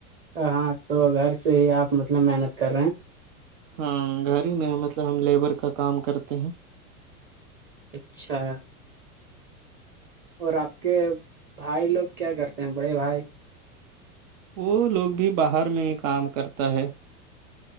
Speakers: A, on the right; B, on the right.
A: ہاں تو گھر سے ہی آپ مطلب محنت کر رہے ہیں
B: ہاں گھر ہی میں مطلب ہم لیبر کا کام کرتے ہیں
A: اچھا اور آپ کے بھائی لوگ کیا کرتے ہیں بڑے بھائی
B: وہ لوگ بھی باہر میں ہی کام کرتا ہے